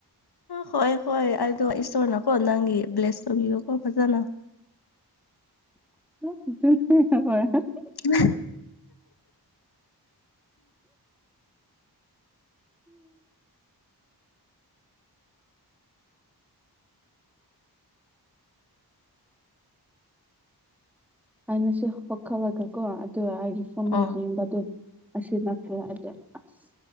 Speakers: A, on the left; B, in the centre.
A: ꯍꯣꯏ ꯍꯣꯏ ꯑꯩꯗꯣ ꯏꯁꯣꯔꯅꯀꯣ ꯅꯪꯒꯤ ꯕ꯭ꯂꯦꯁ ꯇꯧꯕꯤꯌꯨ ꯀꯣ ꯐꯖꯅ
B: <unintelligible>
A: ꯑꯦ
B: ꯑꯩꯅ ꯁꯤ <unintelligible> ꯀꯣ ꯑꯗꯨ ꯑꯩꯒꯤ ꯐꯣꯟꯗ
A: ꯑꯥ
B: ꯌꯦꯡꯕꯗ ꯑꯁꯤ ꯂꯥꯛꯈ꯭ꯔꯦ ꯑꯗ ꯑꯁ